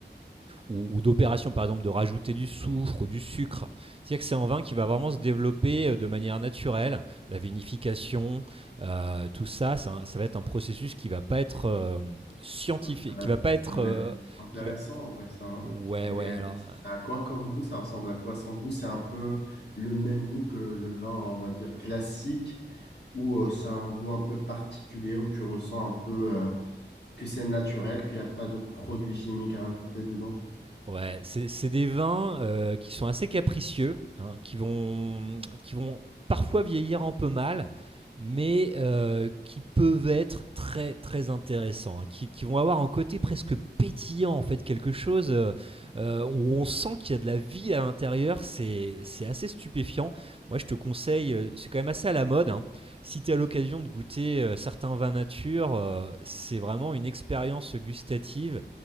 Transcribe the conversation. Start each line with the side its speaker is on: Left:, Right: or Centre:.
Right: ou, ou d'opération par exemple de rajouter du soufre ou du sucre. C'est-à-dire que c'est un vin qui va vraiment se développer euh, de manière naturelle, la vinification, euh, tout ça, c'est un- ça va être un processus qui va pas être euh, scientifique,
Left: Ouais, ça, a
Right: qui va pas être
Left: ça a l'air
Right: euh,
Left: intéressant
Right: qui va
Left: en vrai ça. hein.
Right: Ouais,
Left: Et
Right: ouais,
Left: euh,
Right: alors
Left: ça a quoi comme goût? Ça ressemble à quoi son goût? C'est un peu le même goût que le vin, on va dire, classique ou euh, ça a un goût un peu particulier où tu ressens un peu. euh, que c'est naturel, qu'il n'y a pas de produits chimiques à rajouter dedans.
Right: Ouais, c'est c'est des vins euh, qui sont assez capricieux, hein, qui vont, qui vont parfois vieillir un peu mal, mais euh, qui peuvent être très très intéressants, hein, qui, qui vont avoir un côté presque pétillant en fait, quelque chose euh, euh, où on sent qu'il y a de la vie à l'intérieur, c'est c'est assez stupéfiant. Moi je te conseille, euh, c'est quand même assez à la mode, hein. si tu as l'occasion de goûter euh, certains vins nature, euh, c'est vraiment une expérience gustative